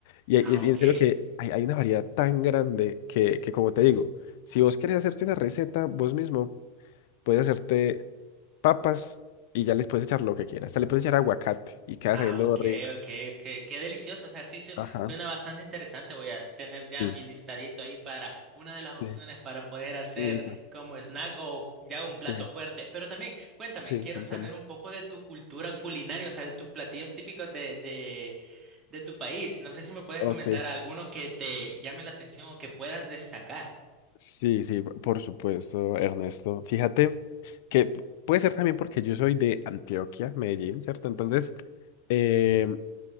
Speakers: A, on the left; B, on the right.
A: Y, hay-
B: Ah,
A: y, es-
B: ok.
A: y en lo que hay, hay una variedad tan grande que, que, como te digo, si vos querés hacerte una receta vos mismo, puedes hacerte papas y ya les puedes echar lo que quieras. Hasta le puedes echar aguacate y queda
B: Ah,
A: sabiendo
B: ok,
A: rico.
B: ok, qué, qué delicioso. O sea, sí su-
A: Ajá,
B: suena bastante interesante. Voy a tener ya
A: sí,
B: mi listadito ahí para una de las opciones
A: sí,
B: para poder hacer
A: sí, no,
B: como snack o ya un
A: sí,
B: plato fuerte. Pero también, cuéntame,
A: sí,
B: quiero
A: contame.
B: saber un poco de tu cultura culinaria, o sea, de tus platillos típicos de, de, de tu país. No sé si me puedes
A: Ok,
B: comentar alguno que te llame la atención o que puedas destacar.
A: sí, sí, p- por supuesto, Ernesto. Fíjate que p- puede ser también porque yo soy de Antioquia, Medellín, ¿cierto? Entonces, eh,